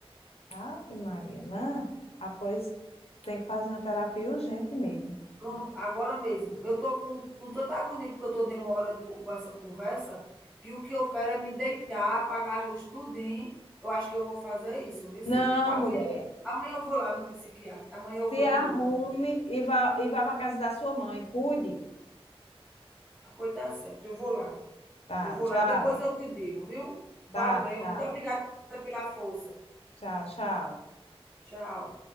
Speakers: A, on the left; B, in the centre.
A: Ave Maria, não. Ah, pois tem que fazer uma terapia urgente mesmo.
B: Pronto, agora mesmo. Eu estou com, com tanta agonia porque eu estou demorando com, com essa conversa, que o que eu quero é me deitar, apagar as luzes tudinho. Eu acho que eu vou fazer isso, viu? Se,
A: Não,
B: amanhã,
A: mulher,
B: amanhã eu vou lá no psiquiatra, amanhã eu
A: se
B: vou de
A: arrume
B: novo.
A: e vá, e vá para casa da sua mãe, cuide.
B: Ah, pois tá certo, eu vou lá.
A: Tá,
B: Eu vou
A: tchau.
B: lá, depois eu te digo, viu? Valeu,
A: Tá, tchau.
B: muito obrigada pela força.
A: Tchau, tchau.
B: Tchau.